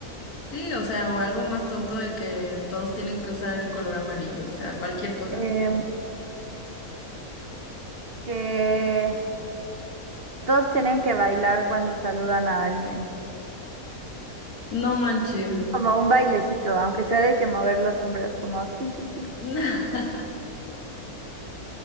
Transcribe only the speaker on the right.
Em, que todos tienen que bailar cuando saludan a alguien,
como un bailecito, aunque sea de que mover los hombros, como tin, tin, tin.